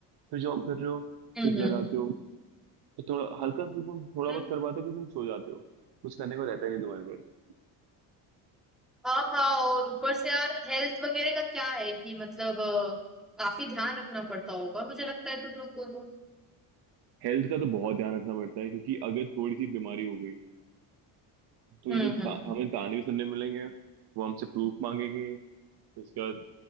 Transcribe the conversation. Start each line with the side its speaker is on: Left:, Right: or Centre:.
Right: फिर जॉब कर रहे हो
Centre: हम्म
Right: फिर घर
Centre: हम्म,
Right: आते हो तो थोड़ा हल्का सा तुम थोड़ा
Centre: हम्म,
Right: बहुत कर पाते हो फिर तुम सो जाते हो कुछ करने को रहता ही नहीं तुम्हारे पास
Centre: हाँ हाँ और ऊपर से यार हेल्थ वगैरह का क्या है कि मतलब अ, काफी ध्यान रखना पड़ता होगा मुझे लगता है तुम लोग को तो।
Right: हेल्थ का तो बहुत ध्यान रखना पड़ता है क्योंकि अगर थोड़ी सी बीमारी हो गई तो
Centre: हम्म,
Right: ये लोग ता,
Centre: हम्म, हम्म,
Right: हमें ताने भी सुनने मिलेंगे वो हमसे प्रूफ मांगेंगे तो उसके बाद